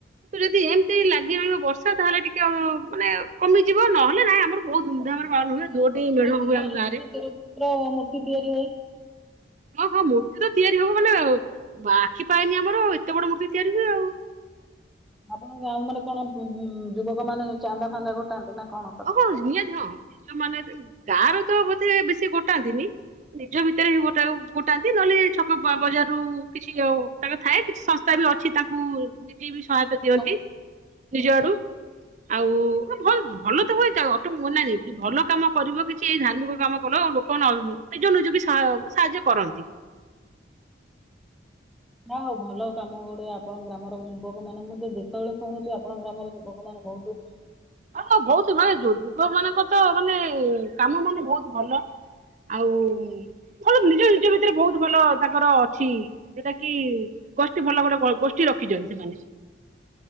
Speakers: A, on the right (about 40°); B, in the centre.
A: ଯଦି ଏମିତି ଲାଗି ରହିବ ବର୍ଷା ତାହେଲେ ଟିକେ ମାନେ କମିଯିବ ନହେଲେ ନାହିଁ ଆମର ବହୁତ୍ ଧୁମଧାମରେ
B: ମୁଁ ତ
A: ପାଳନ
B: ଶୁଣିଛି
A: ହୁଏ ଦୋଟି
B: ଆପଣଙ୍କ
A: ମେଢ଼
B: ଗ୍ରାମରେ
A: ହୁଏ
B: ବାର
A: ଆମ ଗାଁରେ।
B: ଫୁଟ ତେର ଫୁଟ ର ମୂର୍ତ୍ତି ତିଆରି ହୁଏ।
A: ହଁ ହଁ ମୂର୍ତ୍ତିତ ତିଆରି ହବ ମାନେ ଆ ଆଖି ପାଏନି ଆମର ଏତେ ବଡ଼ ମୂର୍ତ୍ତି ତିଆରି ହୁଏ ଆଉ।
B: ଆପଣଙ୍କ ଗାଁରେ ମାନେ କଣ ଯୁବକ ମାନେ ଚାନ୍ଦା ଫାନ୍ଦା ଗୋଟାନ୍ତି ନା କଣ
A: ଓହୋ ନିହାତି ହଁ ନିଜ ମାନେ ଗାଁରେତ ବୋଧେ ବେଶୀ ଗୋଟାନ୍ତିନି ନିଜ ଭିତରେ ଗୋଟା ଗୋଟାନ୍ତି ନହେଲେ ଛକ ବ ବଜାରରୁ କିଛି ଆଉ ତାଙ୍କ ଥାଏ କିଛି ସଂସ୍ଥାବି ଅଛି ତାଙ୍କୁ ନିଜେବି ସହାୟ
B: କରନ୍ତି?
A: ଦିଅନ୍ତି ନିଜଆଡ଼ୁ ଆଉ ହଁ ଭଲ୍ ଭଲ ଅଟାଇ ଭଲ କାମ କରିବ କିଛି ଏଇ ଧାର୍ମିକ କାମ କଲ ଆ ଲୋକ ନିଜ ନିଜବି ସାହାଯ୍ୟ କରନ୍ତି।
B: ନା ହଉ ଭଲ କାମ ଗୋଡେ ଆପଣ ଗ୍ରାମର ଯୁବକ ମାନେ ମୁଁ ତ ଯେତେବେଳେ ଶୁଣୁଛି ଆପଣ ଗ୍ରାମର ଯୁବ କ ମାନେ ବହୁତୁ
A: ହଁ ବହୁତୁ ମାନେ ଯୁବକ ମାନଙ୍କ ତ ମାନେ କାମ ମାନେ ବହୁତ ଭଲ ଆଉ ଭଲ ନିଜ ନିଜ ଭିତରେ ବହୁତ ଭଲ ତାଙ୍କର ଅଛି ଯୋଉଟା କି ଗୋଷ୍ଠୀ ଭଲ ଭଲ ଗୋଷ୍ଠୀ ରଖିଛନ୍ତି ସେମାନେ